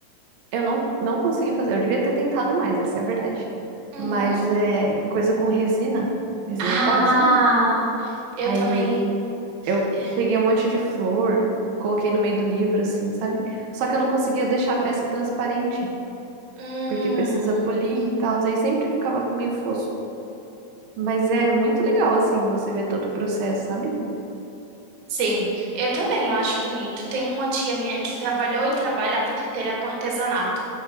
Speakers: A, on the right; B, on the right.
A: eu não, não consegui fazer. Eu devia ter tentado mais, essa é a verdade.
B: Uhum.
A: Mas é coisa com resina, resina
B: Ah,
A: epóxi. sabe?
B: eu
A: Aí
B: também.
A: eu
B: eh,
A: peguei um monte de flor, coloquei no meio do livro, assim, sabe? Só que eu não conseguia deixar a peça transparente.
B: Hum.
A: porque precisa polir e tal, aí sempre ficava meio fosco. Mas é muito legal, assim, você ver todo o processo, sabe?
B: Sim, eu também, eu acho bonito. Tem uma tia minha que trabalhou e trabalha a vida inteira com artesanato.